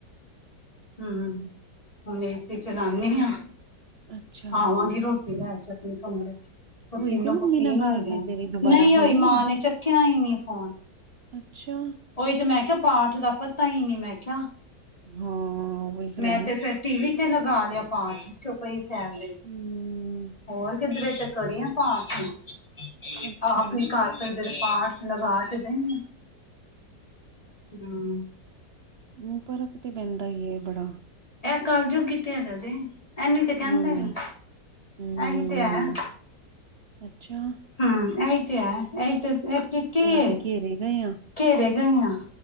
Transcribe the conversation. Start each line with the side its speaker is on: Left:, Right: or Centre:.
Left: ਹੂ
Right: ਹੂੰ,
Left: ਹੁਣ ਏਸੀ ਚਲਾਨੇ ਆ,
Right: ਅੱਛਾ
Left: ਖਾਵਾਂਗੀ ਰੋਟੀ ਰੋਟੀ ਲੈ ਕੇ ਆਪਣੇ ਕਮਰੇ ਚ, ਪਸੀਨੋ
Right: ਹੋਈ ਸੀ ਮੰਮੀ
Left: -ਪਸੀਨ
Right: ਨਾਲ ਗੱਲ
Left: ਹੋਈ
Right: ਫਿਰ
Left: ਗਿਆ
Right: ਤੇਰੀ
Left: ਪੁੱਤ
Right: ਦੁਬਾਰਾ
Left: ਨਹੀਂ ਹੋਈ
Right: ਆ ਮੰਮੀ
Left: ਮਾਂ ਨ ਚ- ਕਿਆ ਈ ਨਈ ਫੋਨ-
Right: ਅੱਛਾ-
Left: ਓ ਤੇ ਮੈਂ ਕੇਆ ਪਾਠ ਦਾ ਪਤਾ ਈ ਨਈ ਮੈਂ ਕੇਆ।
Right: ਹਾਂ ਵੇਖ
Left: ਮੈਂ
Right: ਲੈ
Left: ਤੇ ਫਿਰ ਟੀ ਵੀ ਤੇ ਲਗਾ ਲਿਆ ਪਾਠ, ਚੁਪਈ ਸਾਹਿਬ ਦੇ-
Right: ਹਮ-
Left: ਹੋਰ ਕਿੱਧਰੇ ਤੇ ਕਰੀਆ ਪਾਰਟੀਆਂ
Right: ਅੱਛਾ
Left: ਆਪਣੇ ਘਾਰ - ਕਿਧਰੇ ਪਾਠ ਲਗਾ ਕੇ ਦੇ ਮੈੰਨੂ, ਹਾ
Right: ਹੁ ਫਰਕ ਤੇ ਪੈਂਦਾ ਈ ਏ ਬੜਾ।
Left: ਏ ਕਾਲਜੁਗੀ ਹੀ ਤੇ ਹੈਗਾ ਜੇ, ਏਨੂੰ ਤੇ ਕੇਂਦੇ
Right: ਹੂੰ
Left: ਨੇ
Right: ਹੂੰ
Left: ਏਹੀ ਤੇ ਹੈ-
Right: ਅੱਛਾ-
Left: ਹਾ ਓ ਈ ਤੇ ਹੈ-ਓ ਤੇ ਕੀਏ,
Right: ਫੇਰ ਅਸੀਂ ਘੇਰੇ ਗਏ ਹਾਂ
Left: ਘੇਰੇ ਗਏ ਆਂ